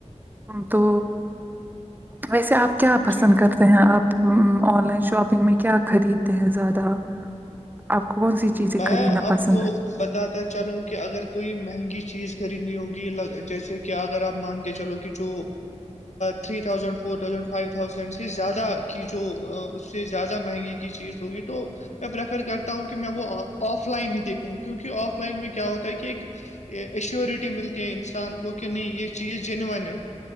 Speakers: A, on the right (about 15°); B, on the left (about 70°).
A: تو ویسے آپ کیا
B: ہاں
A: پسند
B: جی
A: کر رہ ہیں آپ آن لائن شاپنگ میں کیا خریدتے ہیں زیادہ آپ کو کون سی
B: میں
A: چیزیں خریدنا
B: آپ
A: پسند
B: کو
A: ہے
B: بتاتا چلوں کہ اگر کوئی مہنگی چیز خریدنی ہوگی جیسے کہ اگر آپ مان کے چلو کہ جو three thousand four thousand five thousand سے زیادہ کی جو اس سے زیادہ مہنگی چیز ہوگی تو میں پریفر کرتا ہوں کہ کہ میں وہ آف لائن ہی دیکھوں کیونکہ آف لائن میں کیا ہوتا ہے کہ ایک ایشورٹی ملتی ہے انسان کو کہ نہیں یہ چیز جینون ہے